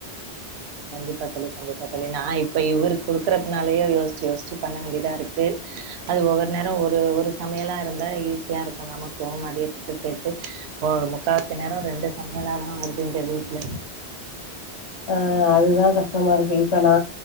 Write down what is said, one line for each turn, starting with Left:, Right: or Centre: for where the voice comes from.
Right: கண்டிப்பா தோழி கண்டிப்பா தோழி நா இப்ப இவருக் குடுக்கறத்துனாலயே யோசிச்சி யோசிச்சி பண்ண வேண்டிதா இருக்கு அது ஒவ்வொரு நேரோ ஒரு ஒரு சமையலா இருந்தா ஈஸியா இருக்கு நா நமக்கு மதியத்துக்கு சேத்து ஒ முக்கா வாசி நேரோ ரெண்டு சமையலாதா வருது எங்க வீட்ல
Left: ஆ அதுதா கஷ்டமா இருக்கு இப்ப நா